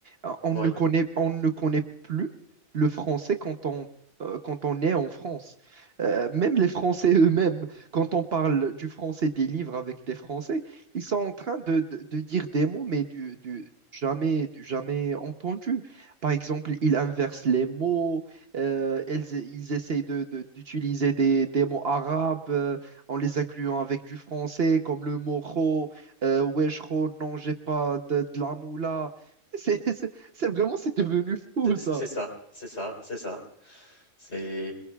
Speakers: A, on the right; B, on the left.
A: Euh, On
B: Ouais.
A: ne connaît, on ne connaît plus le français quand on, euh, quand on est en France. Euh, même les Français eux-mêmes, quand on parle du français des livres avec des Français, ils sont en train de, de- de dire des mots, mais du, du jamais, du jamais entendu. Par exemple, ils inversent les mots. Euh, elles- ils essayent de, de- d'utiliser des, des mots arabes euh, en les incluant avec du français, comme le mot ro, euh, wesh ro, non, j'ai pas de, de la moula. C'est <laughs> c'est- c'est vraiment, c'est devenu fou
B: C'est
A: ça.
B: c'est ça, c'est ça, c'est ça. C'est,